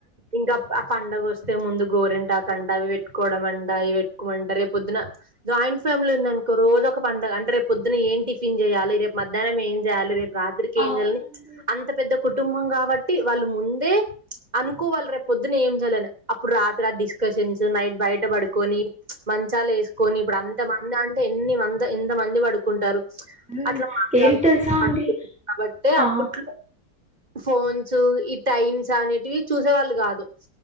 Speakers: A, on the right (about 20°); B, in the centre.
A: ఇంకా ఆ పండగ వస్తే ముందు గోరెంటాకు అంట అవి పెట్టుకోవడం అంట ఇవి పెట్టుకోమంట రేపు పొద్దున జాయింట్ ఫ్యామిలీ ఉంది అనుకో రోజు ఒక పండగ అంటే రేపు పొద్దున ఏమి టిఫిన్ చేయాలి రేపు మధ్యాహ్నం ఏం చేయాలి రేపు రాత్రి కి
B: అవునండి
A: ఏం చేయాలి అంత పెద్ద కుటుంబం కాబట్టి వాళ్ళు ముందే కు వాళ్ళ రేపు పొద్దున ఏం చేయాలని అప్పుడు రాత్ర రాత్రికి డిస్కషన్స్ నైట్ బయట పడుకొని మంచాలు వేసుకొని ఇప్పుడు అంత మంది అంటే ఎన్ని మంచ ఎంత మంది పడుకు కుంటారు
B: ఉమ్
A: అట్లా మాట్లాడుకు
B: ఏం తెలుసా అండి
A: కాబట్టి
B: ఆ
A: అప్పట్లో ఫోన్స్ ఈ టైమ్స్ అనేటివి చూసే వాళ్ళు కాదు